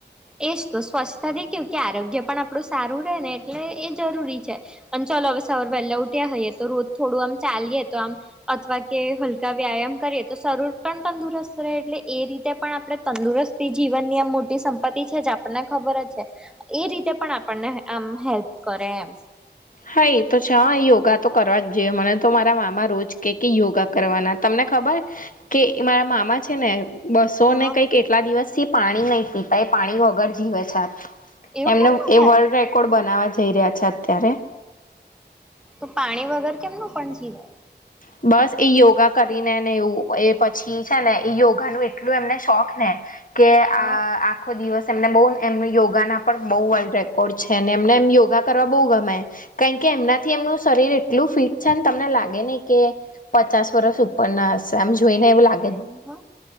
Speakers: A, in the centre; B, on the left (about 50°).
A: એજ તો સ્વચ્છતાથી કેવું કે આરોગ્ય પણ આપણું સારું રહે ને એટલે એ જરૂરી છે અને ચાલો અવ સવાર વેલ્લા ઉઠ્યા હઈએ તો રોજ થોડું આમ ચાલીએ તો આમ અથવા કે હલકા વ્યાયામ કરીએ તો શરૂર પણ તંદુરસ્ત રહે એટલે એ રીતે પણ આપણે તંદુરસ્ત તે જીવનની આમ મોટી સં સંપતિ છે જ આપણને ખબર જ છે એ રીતે પણ આપણને આમ હેલ્પ કરે એમ
B: હા એ તો છે હા યોગા તો કરવા જ જોઈએ મને તો મારા મામા રોજ કે કે યોગા કરવાના તમને ખબર કે મારા મામા છે ને બસો
A: હા
B: ને કઈક એટલા દિવસથી પાણી નહી પીતા એ પાણી વગર જીવે છે
A: એવું
B: એમને
A: કેમનું
B: એ
A: થાય
B: વર્લ્ડ રેકોર્ડ બનાવવા જઈ રહ્યા છે અત્યારે
A: તો પાણી વગર કેમનું પણ જીવાય
B: બસ એ યોગા કરીને ને એવું એ પછી છે ને યોગા નું એટલું એમને શોખ ને કે આ
A: હા.
B: આ આખો દિવસ એમને બોવ એમ યોગાના પણ બહુ વર્લ્ડ રેકોર્ડ છે અને એમને એમ યોગા કરવા બહુ ગમે કારણ કે એમનાથી એમનું શરીર એટલું ફિટ છેને તમને લાગે નહી કે પચાસ વરષ ઉપર ના હશે આમ જોઈને એવું લાગ
A: હમ હા